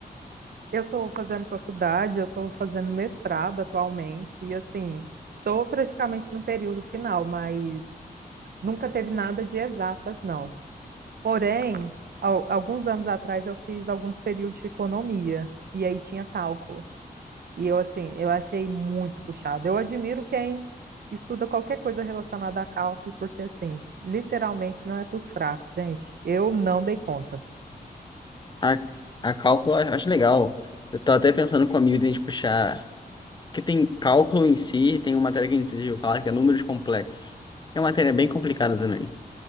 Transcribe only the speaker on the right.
Eu estou fazendo faculdade, eu estou fazendo mestrado atualmente, e assim, estou praticamente no período final, mas nunca teve nada de exatas, não. Porém, al- alguns anos atrás eu fiz alguns períodos de economia, e aí tinha cálculo. E eu, assim, eu achei muito puxado. Eu admiro quem estuda qualquer coisa relacionada a cálculo, porque, assim, literalmente não é para os fracos, gente. Eu não dei conta.